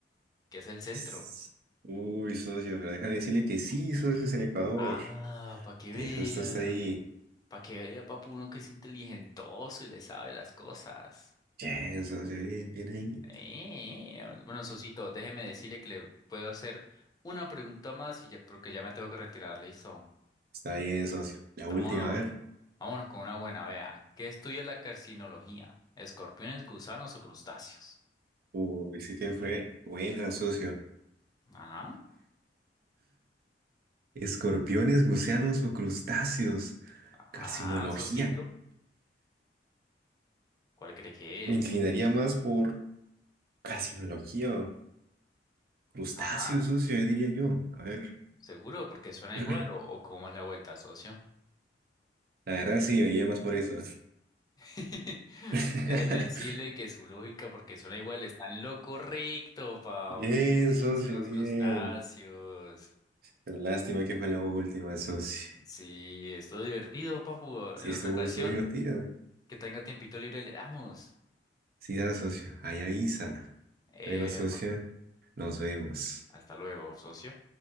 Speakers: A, on the left; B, on the right.
A: que es el centro.
B: S- Uy, socio, pero déjame decirle que sí, socio, es el Ecuador,
A: Ah, para que
B: que
A: vea.
B: justo está ahí.
A: Para que vea, papu, uno que es inteligentoso y le sabe las cosas.
B: Bien, socio, bien, bien ahí.
A: Eh, eh, bueno, Sosito, déjeme decirle que le puedo hacer una pregunta más y ya- porque ya me tengo que retirar, listo.
B: Está bien, socio. La
A: Vámonos,
B: última, a ver.
A: vámonos con una buena, vea. ¿Qué estudia la carcinología? ¿Escorpiones, gusanos o crustáceos?
B: Uy, sí que fue buena, socio.
A: Ajá,
B: ¿Escorpiones, gusanos o crustáceos?
A: ajá,
B: Carcinología.
A: Sosito. ¿Cuál cree que
B: Me
A: es?
B: inclinaría más por carcinología o crustáceos,
A: Ajá,
B: socio, diría yo. A ver.
A: seguro, porque suena
B: <clears throat>
A: igual o, o cómo es la vuelta, socio.
B: La verdad sí, me iría más por eso.
A: <laughs> Pues
B: <laughs>
A: déjeme decirle que su lógica, porque suena igual, está en lo correcto, papu.
B: Bien,
A: Existen
B: socio,
A: los
B: bien.
A: crustáceos.
B: Pero lástima que fue la última, socio.
A: Sí, es todo divertido, papu.
B: Sí,
A: En otra
B: estuvo,
A: ocasión,
B: estuvo divertido.
A: que tenga tiempito libre, le damos.
B: Sí, da, socio. Ahí avisa.
A: Epa,
B: Bueno, socio, nos vemos.
A: hasta luego, socio.